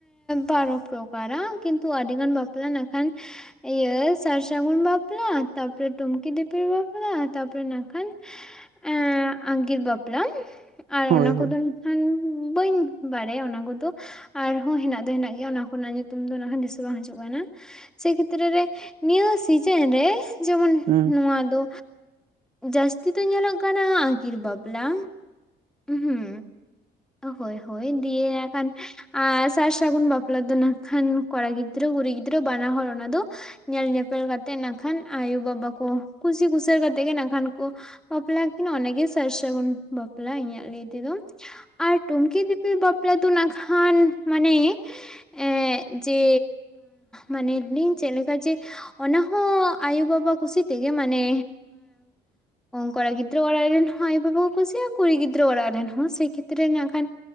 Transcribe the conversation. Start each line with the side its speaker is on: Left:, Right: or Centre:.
Centre: ᱵᱟᱨᱚ ᱯᱨᱚᱠᱟᱨᱟ ᱠᱤᱱᱛᱩ ᱟᱹᱰᱤᱜᱟᱱ ᱵᱟᱯ ᱵᱟᱯᱞᱟ ᱱᱟᱠᱷᱟᱱ ᱤᱭᱟᱹ ᱥᱟᱨ ᱥᱟᱹᱜᱩᱱ ᱵᱟᱯᱞᱟ, ᱛᱟᱨᱯᱚᱨᱮ ᱴᱩᱝᱠᱤ ᱫᱤᱯᱤᱞ, ᱵᱟᱯᱞᱟ ᱛᱟᱨᱯᱚᱨᱮ ᱱᱟᱠᱷᱟᱱ ᱮ ᱟᱸᱜᱤᱨ ᱵᱟᱯᱞᱟ ᱟᱨ
Right: ᱦᱳᱭ
Centre: ᱚᱱᱟ
Right: ᱦᱳᱭ
Centre: ᱠᱚᱫᱚ ᱠᱷᱟᱱ ᱵᱟᱹᱧ ᱵᱟᱲᱟᱭᱟ ᱚᱱᱟ ᱠᱚᱫᱚ ᱟᱨᱦᱚᱸ ᱦᱮᱱᱟᱜ ᱫᱚ ᱦᱮᱱᱟᱜ ᱜᱮᱭᱟ ᱚᱱᱟ ᱠᱚᱱᱟᱜ ᱧᱩᱛᱩᱢ ᱫᱚ ᱚᱱᱟ ᱦᱚᱸ ᱫᱤᱥᱟᱹ ᱦᱚᱸ ᱵᱟᱝ ᱦᱤᱡᱩᱜ ᱠᱟᱱᱟ᱾ ᱥᱮ ᱠᱷᱮᱛᱨᱟᱹ ᱨᱮ ᱱᱤᱭᱟᱹ ᱥᱤᱡᱮᱱ ᱨᱮ ᱡᱮᱢᱚᱱ
Right: ᱦᱩᱸ
Centre: ᱱᱚᱣᱟ ᱫᱚ ᱡᱟᱹᱥᱛᱤ ᱫᱚ ᱧᱮᱞᱚᱜ ᱠᱟᱱᱟ ᱟᱹᱜᱤᱨ ᱵᱟᱯᱞᱟ ᱦᱩᱸ᱾ ᱦᱳᱭ ᱦᱳᱭ ᱫᱤᱭᱟ ᱮᱠᱷᱟᱱ ᱟᱨ ᱥᱟᱨ ᱥᱟᱹᱜᱩᱱ ᱵᱟᱯᱞᱟ ᱫᱚ ᱱᱟᱠᱷᱟᱱ ᱠᱚᱲᱟ ᱜᱤᱫᱽᱨᱟᱹ ᱠᱩᱲᱤ ᱜᱤᱫᱽᱨᱟᱹ ᱵᱟᱱᱟ ᱦᱚᱲ ᱚᱱᱟ ᱫᱚ ᱧᱮᱞ ᱧᱮᱯᱮᱞ ᱠᱟᱛᱮᱫ ᱱᱟᱠᱷᱟᱱ ᱟᱭᱩᱼᱵᱟᱵᱟ ᱠᱚ ᱠᱩᱥᱤ ᱠᱩᱥᱟᱹ ᱠᱟᱛᱮᱫ ᱜᱮ ᱱᱟᱠᱷᱟᱱ ᱠᱚ ᱵᱟᱯᱞᱟ ᱠᱤᱱ ᱚᱱᱟᱜᱮ ᱥᱟᱨ ᱥᱟᱹᱜᱩᱱ ᱵᱟᱯᱞᱟ ᱤᱧᱟᱹᱜ ᱞᱟᱹᱭ ᱛᱮᱫᱚ᱾ ᱟᱨ ᱴᱩᱝᱠᱤ ᱫᱤᱯᱤᱞ ᱵᱟᱯᱞᱟ ᱫᱚ ᱱᱟᱠᱷᱟᱱ ᱢᱟᱱᱮ ᱮᱜ ᱡᱮ ᱢᱟᱱᱮ ᱞᱤᱧ ᱪᱮᱫ ᱞᱮᱠᱟ ᱡᱮ ᱚᱱᱟᱦᱚᱸ ᱟᱭᱳᱵᱟᱵᱟ ᱠᱩᱥᱤ ᱛᱮᱜᱮ ᱢᱟᱱᱮ ᱠᱚᱲᱟ ᱜᱤᱫᱽᱨᱟᱹ ᱚᱲᱟᱜ ᱨᱮᱱ ᱦᱚᱸ ᱟᱭᱳ ᱵᱟᱵᱟ ᱠᱚ ᱠᱩᱥᱟᱜᱼᱟ ᱠᱩᱲᱤ ᱜᱤᱫᱽᱨᱟᱹ ᱚᱲᱟᱜ ᱨᱮᱱ ᱦᱚᱸ ᱥᱮᱭ ᱠᱷᱮᱛᱨᱮ ᱨᱮ ᱱᱟᱠᱷᱟᱱ